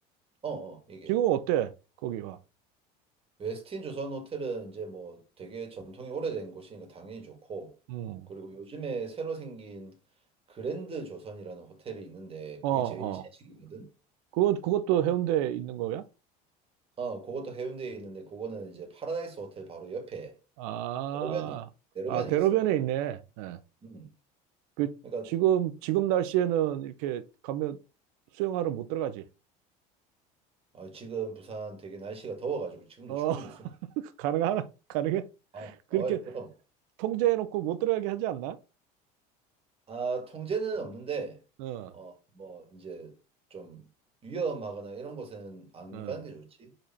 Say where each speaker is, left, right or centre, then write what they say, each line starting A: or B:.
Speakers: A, on the right (about 30°); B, on the right (about 80°).
A: 어, 어, 이게.
B: 지금은 어때? 거기가.
A: 웨스틴 조선 호텔은 이제 뭐 되게 전통이 오래된 곳이니까 당연히 좋고,
B: 음.
A: 그리고 요즘에 새로 생긴 그랜드 조선이라는 호텔이 있는데,
B: 어,
A: 그게
B: 어.
A: 제일 신식이거든?
B: 그것, 그것도 해운대에 있는 거야?
A: 어, 그것도 해운대에 있는데, 그거는 이제 파라다이스 호텔 바로 옆에
B: 아,
A: 대로변에, 대로변에
B: 아, 대로변에
A: 있어.
B: 있네. 예.
A: 음.
B: 그,
A: 그러니까
B: 지금, 지금 날씨에는 이렇게 가면 수영하러 못 들어가지.
A: 아, 지금 부산 되게 날씨가 더워가지고 지금도
B: 어,
A: 충분히 수영하죠.
B: <laughs> 가능하나? 가능해?
A: 아,
B: 그렇게
A: 어이, 그럼.
B: 통제해놓고 못 들어가게 하지 않나?
A: 아, 통제는 없는데,
B: 어,
A: 어, 뭐, 이제 좀 위험하거나 이런 곳은 안
B: 어.
A: 가는 게 좋지.